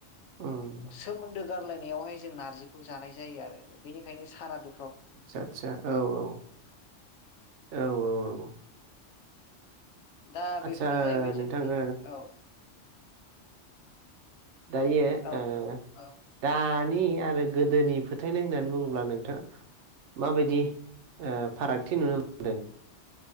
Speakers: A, on the right; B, on the left.
A: उम
B: सोमोन्दो ओ गारलनायावहाय ज नारजिखौ जानाय जायो आरो बेनिखायनो सारा दु
A: आतसा सासा औ औ औ औ औ
B: दा बेफोरो
A: आदसा
B: जाहैबाय जोंनि
A: नोंथां ओ
B: औ
A: दायो
B: औ
A: ओ
B: औ
A: दा नि आरो गोदोनि फोथायनाय होननानै बुङोब्ला नोंथाङा माबायदि फारागथि ओ नुनो मोनदों?